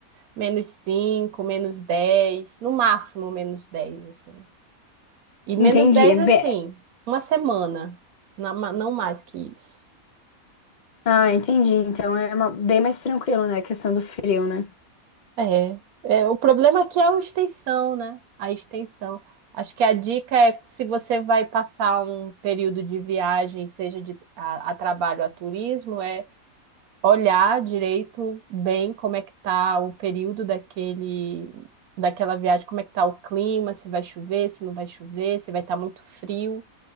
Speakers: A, on the right (about 80°); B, on the left (about 65°).
A: menos 5 menos 10 no máximo menos 10 assim. E menos
B: entendi.
A: 10
B: Be-
A: assim, uma semana, na- ma- não mais que isso.
B: Ah, entendi. Então é uma- bem mais tranquilo, né, a questão do frio, né?
A: É, é, o problema aqui é a extensão, né? A extensão. Acho que a dica é que se você vai passar um período de viagem, seja de, a, a trabalho, a turismo, é olhar direito bem como é que tá o período daquele, daquela viagem, como é que tá o clima, se vai chover, se não vai chover, se vai estar muito frio.